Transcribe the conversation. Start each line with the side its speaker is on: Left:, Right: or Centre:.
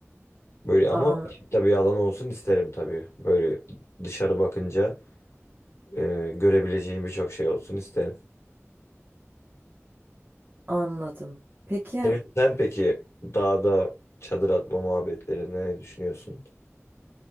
Left: Böyle ama
Right: An,
Left: tabii bir alan olsun isterim tabii. Böyle dışarı bakınca e, görebileceğim birçok şey olsun isterim.
Right: anladım. Peki
Left: Senin, sen peki dağda çadır atma muhabbetleri ne düşünüyorsun?